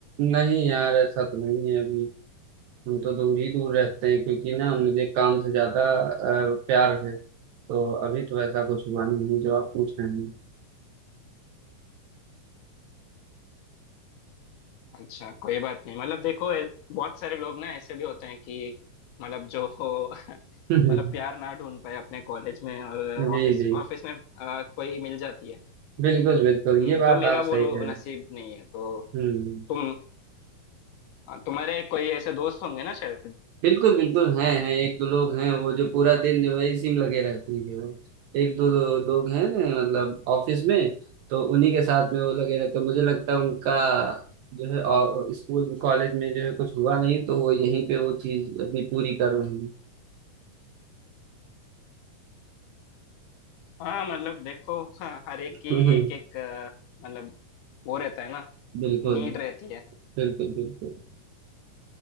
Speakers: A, on the right; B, on the left.
A: नहीं यार ऐसा तो नहीं है अभी हम तो दूर ही दूर रहते हैं क्योंकि ना मुझे काम से ज्यादा अ, प्यार है तो अभी तो ऐसा कुछ हुआ नहीं है जो आप पूछ रहे हैं
B: अच्छा कोई बात नहीं मतलब देखो ए- बहुत सारे लोग ना ऐसे भी होते हैं कि मतलब जो हो <laughs>
A: <laughs>
B: मतलब प्यार ना ढूंढ पाए अपने कॉलेज में और
A: जी
B: ऑफिस
A: जी
B: ऑफिस में आ, कोई मिल जाती है
A: बिल्कुल बिल्कुल
B: हम्म,
A: ये
B: तो
A: बात
B: मेरा
A: आप
B: वो
A: सही कह
B: नसीब
A: रहे हैं
B: नहीं है तो
A: हम्म
B: तुम तुम्हारे कोई ऐसे दोस्त होंगे ना शायद
A: बिल्कुल बिल्कुल हैं हैं एक दो लोग हैं वो जो पूरा दिन जो है इसी में लगे रहते हैं केवल एक दो, दो लोग हैं मतलब ऑफिस में तो उन्हीं के साथ में वो लगे रहते हैं मुझे लगता है उनका जो है और स्कूल कॉलेज में जो है कुछ हुआ नहीं तो वो यहीं पे वो चीज अभी पूरी कर रहे हैं
B: हाँ मतलब देखो हाँ हर एक
A: <laughs>
B: की एक एक अ, मतलब वो रहता है ना
A: बिल्कुल
B: नीड रहती है
A: बिल्कुल बिल्कुल